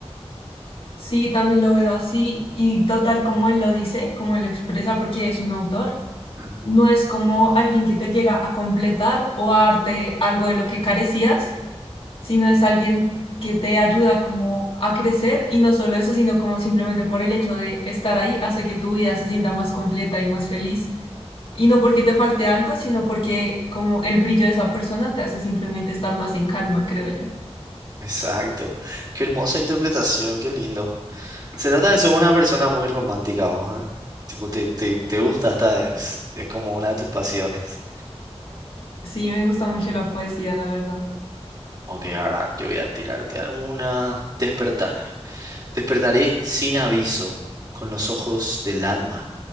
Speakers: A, on the left; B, on the right.
A: Sí, también lo veo así y total como él lo dice, como él lo expresa porque es un autor,
B: Ujú.
A: no es como alguien que te llega a completar o a darte algo de lo que carecías, sino es alguien que te ayuda como a crecer y no solo eso, sino como simplemente por el hecho de estar ahí hace que tu vida se sienta más completa y más feliz Y no porque te falte algo, sino porque como el brillo de esa persona te hace simplemente estar más en calma, creo yo.
B: Exacto. Qué hermosa interpretación, qué lindo. Se nota que sos una persona muy romántica vos, ¿eh? Tipo, te, te, te gusta, esta es, es como una de tus pasiones.
A: Sí, me gusta mucho la poesía, la verdad.
B: Ok, ahora yo voy a tirarte alguna. Despertar. Despertaré sin aviso, con los ojos del alma